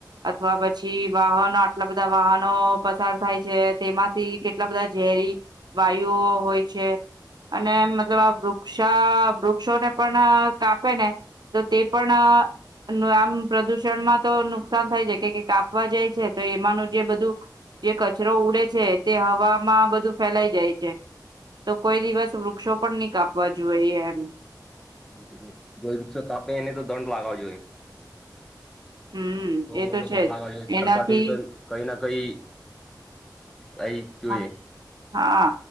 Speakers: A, on the right; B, in the centre.
A: અથવા પછી વાહનો આટલા બધા વાહનો પસાર થાય છે તેમાંથી કેટલા બધા ઝેરી વાયુઓ હોય છે અને મતલબ આ વ વૃક્ષા વૃક્ષોને પણ કાપે ને તો તે પણ આમ પ્રદુષણમાં તો નુકસાન થાય જાય કે કાપવા જાય છે તો એમાંનું જે બધું જે કચરો ઉડે છે તે હવામાં બધું ફેલાઈ જાય છે તો કોઈ દિવસ વૃક્ષો પણ નહી કાપ જોએ એમ
B: બલકુલ જો વૃક્ષ કાપેને તો દંડ લાગાવજોએ
A: હમ
B: બહ
A: એ
B: મોટો
A: તો છે
B: ધોડ લાવવા જોઈએ
A: જ
B: સરકાર
A: એનાથી
B: જોઈ
A: હા
B: તો કઈ ના કઈ કઈ જોઈએ
A: હા હા